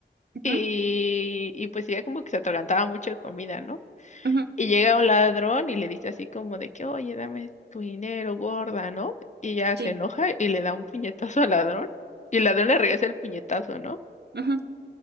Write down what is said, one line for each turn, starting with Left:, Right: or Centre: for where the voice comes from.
Right: ujú,
Left: y, y pues ella como que se atragantaba mucho de comida, ¿no?
Right: ujú,
Left: Y llega un ladrón y le dice así como de que, oye, dame tu dinero, gorda, ¿no? Y ella
Right: Sí.
Left: se enoja y le da un puñetazo al ladrón y el ladrón le regresa el puñetazo, ¿no?
Right: ujú,